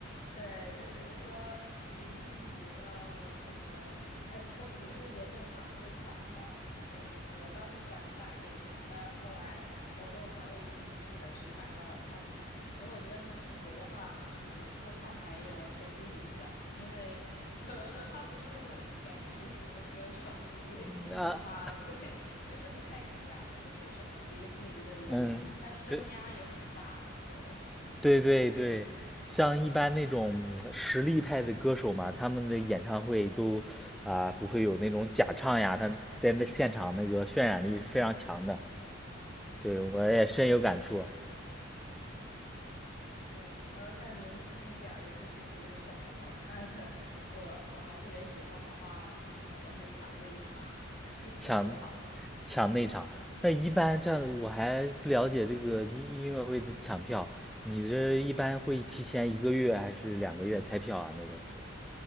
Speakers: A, on the left; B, in the centre.
A: 对，就比如说林俊杰的，我可能哎，但是林俊杰那场是真抢不到。对，我倒是想买那场，但是后来我跟我朋友一起去的，只买到了看台。可是我觉得林俊杰的话，你坐看台也完全不影响，因为 <laughs> 怎么说，他不是那种颜值型的歌手，你离得近的话，
B: 嗯那
A: 对，<laughs> 其实不太影响，就是什么离得近离得远。
B: 嗯，
A: 他声压也很大，
B: 对
A: 就 <laughs>
B: 对对对，
A: 那个，
B: 像一般那种嗯实力派的歌手嘛，他们的演唱会都啊、不会有那种假唱呀，他在那现场那个渲染力是非常强的。
A: 嗯，
B: 对，我也深有感触，
A: 对，然后像年轻一点儿的，就是比较长得好看的，我我还特别喜欢的话，就是我会抢那一场，<laughs> 越近越好。
B: 抢抢内场。那一般这样，我还不了解这个音音乐会的抢票，你这一般会提前一个月还是两个月开票啊？那种是？